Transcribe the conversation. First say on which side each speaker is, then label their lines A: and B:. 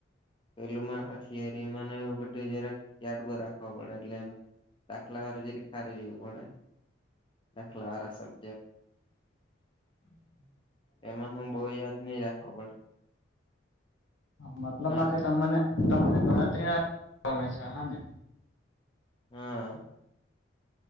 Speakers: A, on the left; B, on the left.
A: પેલું મા
B: હા
A: થિયરી ને બધું જરાક યાદ બવ રાખવા પડે એટલે એમ, દાખલા વાળું જે ખરે જોવું પડે દાખલા વાળા સબ્જેક્ટ
B: <inaudible> <inaudible> હમ
A: એમાં હું બહુ યાદ નહી રાખવો પડે.
B: મતલબમાં
A: હા
B: કે તમને તમને ગણતરી ના ગમે છે હ ને
A: હા